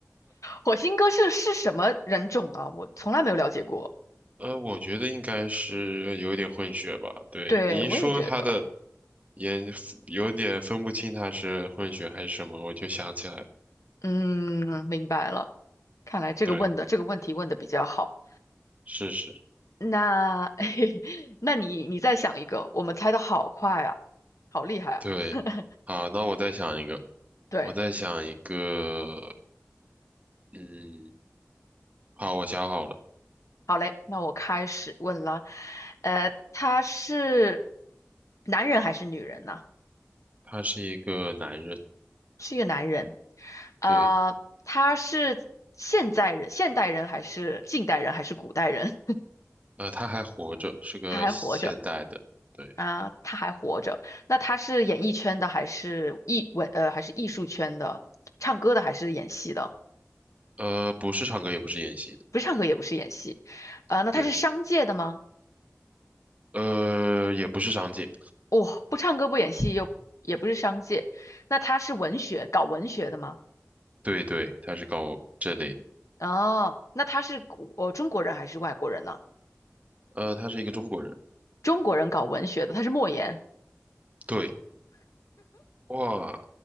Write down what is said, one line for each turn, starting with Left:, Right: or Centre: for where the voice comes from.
Left: 火星哥是是什么人种啊？我从来没有了解过。
Right: 呃，我觉得应该是有点混血吧。对，
Left: 对，
Right: 你一说他的
Left: 我也觉得，
Right: 也有点分不清他是混血还是什么，我就想起来了，
Left: 嗯，明白了。看来这个问的这个问题问的比较好。
Right: 对，是是，
Left: 那，<laughs> 那你你再想一个，我们猜的好快啊，好厉害啊！
Right: 对。
Left: <laughs>
Right: 好，那我再想一个，
Left: 对，
Right: 我再想一个，嗯，好，我想好了，
Left: 好嘞，那我开始问了。呃，他是男人还是女人呢？
Right: 他是一个男人，
Left: 是一个男人。啊、
Right: 对，
Left: 他是现在人、现代人还是近代人还是古代人？<laughs>
Right: 呃，他还活着，是个现代的，
Left: 他还活着。
Right: 对，
Left: 啊，他还活着。那他是演艺圈的，还是艺文呃，还是艺术圈的？唱歌的还是演戏的？
Right: 呃，不是唱歌，也不是演戏的，
Left: 不是唱歌，也不是演戏。呃，那他是商界的吗？
Right: 对，呃，也不是商界，
Left: 哦，不唱歌不演戏又也不是商界。那他是文学，搞文学的吗？
Right: 对对，他是搞这类的，
Left: 哦，那他是古呃中国人还是外国人呢？
Right: 呃，他是一个中国人。
Left: 中国人搞文学的，他是莫言，
Right: 对，哇，